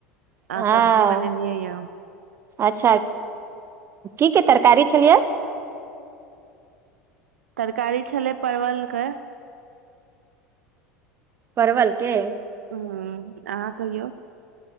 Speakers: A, on the right; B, on the right.
A: हँ
B: आ सब्जी बनेलियै या
A: अच्छा की के तरकारी छलियै
B: तरकारी छलै परवलके
A: परवलके
B: हूँ अहाँ कहियौ